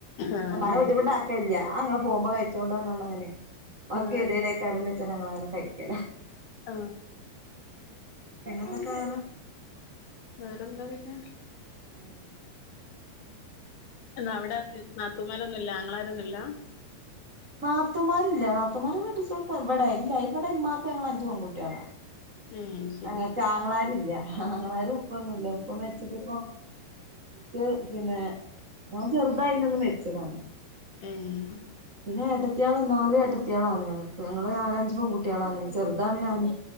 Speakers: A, on the left; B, on the right.
A: ആഹ്
B: ഉമ്മാനെ
A: അങ്ങനെ
B: ബുദ്ധിമുട്ട ല്ല അങ്ങൾ പോവുമ്പോ കഴിചോണ്ട് പറഞ്ഞാണ്ട് അങ്ങനെ മാക്
A: ആഹ്
B: ക്കെതിയേഡ്
A: അത് ശരി
B: കാരം വെച്ചാ അങ്ങനെ അങ്ങനെ കഴിക്കല
A: ആ
B: പിന്നെന്തൊക്കെ വേറെ
A: വേറെന്താ പിന്നെ
B: ഉം
A: എന്ന അവിടെ നാത്തൂമാരൊന്നും ഇല്ല ആങ്ങളരൊന്നും ഇല്ല
B: നാത്തുമാരില്ല നാത്തുമാര് കെട്ടിച്ചോടാത്ത ഇവിടെ ഇല്ല ഇവിടെമ്മാക്ക് ഞങ്ങളഞ്ചു പെകുട്ടിയള
A: ഏഹ് ശരി
B: അങ്ങക്ക് ആങ്ങളാരില്ല ആങ്ങളാരും ഉപ്പന്നുംല്ല ഉപ്പ മരിച്ചിട്ടിപ്പോ ക്ക് പിന്നെ ഞാൻ ചെറുതായിന്ന് മരിച്ചതാണ്
A: ഉം
B: പിന്നെ ഏട്ടത്തിയാള് നാല് ഏട്ടത്തിയാളാണ് ഞങ്ങക്ക് ഞങ്ങള് നാലഞ്ച് പെകുട്ടിയളാണ് ചെറുതാണ് ഞാൻ